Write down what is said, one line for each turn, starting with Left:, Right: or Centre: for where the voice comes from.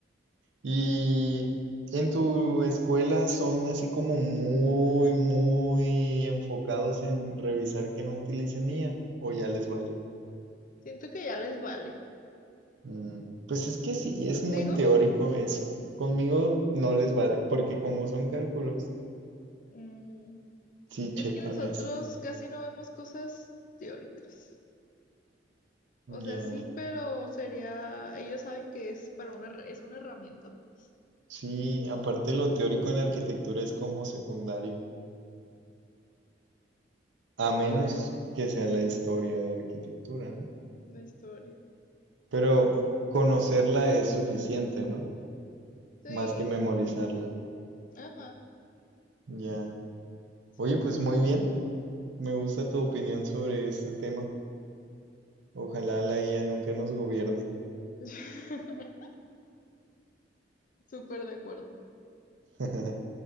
Right: Y en tu escuela son así como muy, muy enfocados en revisar que no utilicen IA o ya les vale.
Left: Siento que ya les vale.
Right: Mm, Pues es que sí, es
Left: ¿Contigo?
Right: muy teórico eso. Conmigo no les vale, porque como son cálculos,
Left: Mm,
Right: sí
Left: es
Right: checan
Left: que nosotros
Right: eso.
Left: casi no vemos cosas teóricas. O sea,
Right: Ya,
Left: sí, pero sería, ellos saben que es para una, herra- es una herramienta, pues.
Right: Sí, aparte lo teórico en arquitectura es como secundario, a
Left: Se
Right: menos
Left: podría decir,
Right: que sea la historia de arquitectura, ¿no?
Left: una historia.
Right: Pero conocerla es suficiente, ¿no?
Left: Sí,
Right: Más que memorizarla.
Left: ajá,
Right: Ya.
Left: sí,
Right: Oye, pues
Left: sí,
Right: muy
Left: sí.
Right: bien. Me gusta tu opinión sobre este tema. Ojalá la IA nunca nos gobierne.
Left: <laughs> Súper de acuerdo.
Right: <laughs>